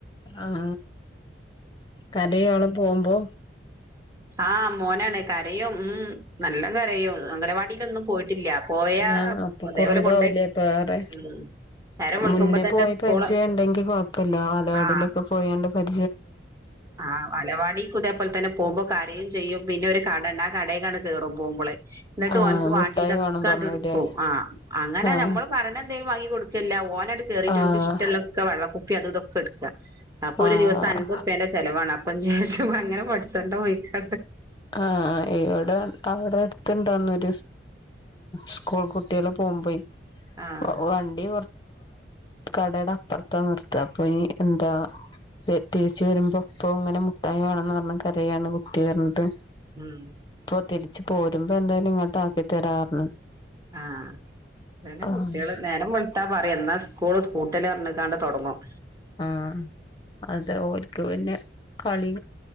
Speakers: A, on the left (about 25°); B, on the right (about 20°).
A: ആഹ, കരയോൾ പോകുമ്പോ?
B: ആഹ മോനാണ് കരയും ഉം നല്ലം കരയും അങ്കലവാടിയിലൊന്നും പോയിട്ടില്ല. പോയാ
A: ആഹ അപ്പൊ
B: അതേപോലെ
A: കുറുമ്പ
B: കൊണ്ടോയി
A: ആവുലേപ്പം ഏറെ.
B: ഉം നേരം വെളുക്കുമ്പോ
A: മുന്നേ
B: തന്നെ
A: പോയി
B: സ്കൂള്
A: പരിചയം ഉണ്ടെങ്കി കുഴപ്പില്ല വാലവാടിയിലൊക്കെ
B: ആഹ്
A: പോയണ്ട് പരി
B: ആഹ് വാലവാടിക്ക്തേപോലെ തന്നെ പോകുമ്പോ കാരയും ചെയ്യും പിന്നെ ഒരു കട ആ കടേക്കാണ് കേറും പോകുമ്പോളെ. എന്നിട്ട്
A: ആഹ്
B: ഓൻക്ക്
A: മുട്ടായി
B: വാണ്ടിയതൊക്കൊണ്ട്
A: വേണം പറഞ്ഞില്ലേ
B: എടുക്കും ആ അങ്ങനെ
A: ആഹ്
B: ഞമ്മള് പറിണ എ വാങ്ങി കൊടുക്കല്ല ഓനായിട്ട് കേയറിട്ട്
A: ആഹ്
B: ഇഷ്ടമൊള്ളക്കെ വെള്ളകുപ്പി അതും ഇതൊക്കെ എടുക്കുക അപ്പൊ
A: ആഹ്
B: ഒരു ദിവസ അൻപതുറുപ്പ്യൻ്റെ ചെലവാണ് അപ്പം ഞ്ഞ് അങ്ങനെ പഠിച്ചണ്ട പോയിക്കാട്ടണ്ട്.
A: ആഹ ഇവിടെ അവിടെ അടുത്ത്.. സ്കൂൾ കുട്ടിക പോകുമ പോയി,
B: ആഹ്
A: വണ്ടി....... കടയുടെ അപ്പുറത്ത നിർത്തപ്പ, അപ്പ എന്താ...... തിരിച്ച് വരുമ്പോ അപ്പൊ ഇങ്ങനെ മുട്ടായി വേണംന്ന് പറഞ്ഞ് കരയാണ് കുട്ടി പറഞ്ഞിട്ട്
B: ഉം
A: ഇപ്പൊ തിരിച്ച് പോരുമ്പോ എന്തായാലും ഇങ്ങോട്ട് ആക്കി തരാറഞ്ഞു
B: ആഹ് പിന്നെ
A: ആഹ്
B: കുട്ടികള് നേരം വിളുത്താ പറയു ന്നാ സ് സ്കൂള് പൂട്ടല് പറഞ്ഞ്ക്കാണ്ട് തുടങ്ങും
A: ആഹ് അത് ഓൽക്ക് പിന്നെ കളി